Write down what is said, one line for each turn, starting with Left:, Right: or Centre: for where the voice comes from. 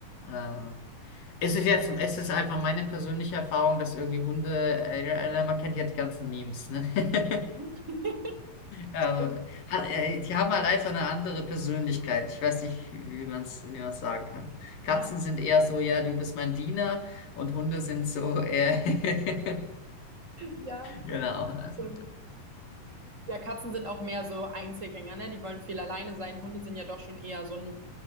Left: äh, es ist jetzt, es ist einfach meine persönliche Erfahrung, dass irgendwie Hunde, äh, äh, man kennt ja die ganzen Memes, ne? <laughs>
Right: <laughs>
Left: Aber,
Right: Stimmt.
Left: hat- äh, die haben halt einfach eine andere Persönlichkeit. Ich weiß nicht, wie man es, wie man es sagen kann. Katzen
Right: Ja,
Left: sind eher so, ja, du bist mein Diener und Hunde sind so eher, <laughs>
Right: ja,
Left: genau, also,
Right: stimmt. Ja, Katzen sind auch mehr so Einzelgänger, ne? Die wollen viel alleine sein. Hunde sind ja doch schon eher so ein,